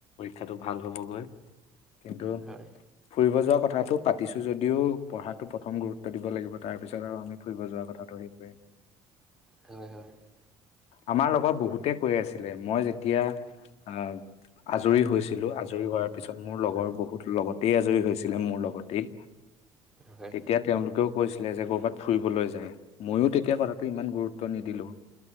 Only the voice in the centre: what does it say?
হয়
হয়
হয়